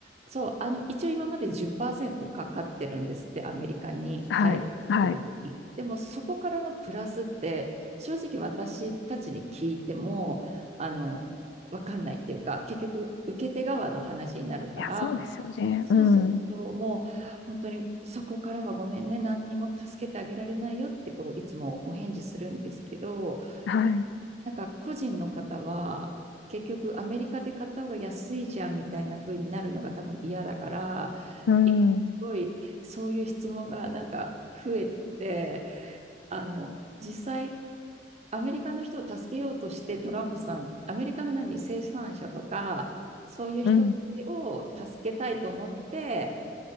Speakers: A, on the right; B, on the left.
A: そう、あの一応今まで10%かかってるんですって、アメリカに大量に送るに。
B: はい、はい。い
A: でもそこからのプラスって、正直私たちに聞いても、あの、わかんないっていうか、結局受け手側の話になるから、
B: や、そうですよね。
A: そうそうそう、
B: うん。
A: もう本当にそこからはごめんね、何にも助けてあげられないよってこういつもお返事するんですけど、
B: はい。
A: やっぱなんか個人の方は結局アメリカで買った方が安いじゃんみたいな風になるのが多分嫌だから、
B: うん、
A: 今すごいそういう質問がなんか増えてて、
B: うん、
A: あの実際アメリカの人を助けようとしてトランプさん、アメリカの何、生産者とかそういう人たちを助けたいと思って、
B: うん、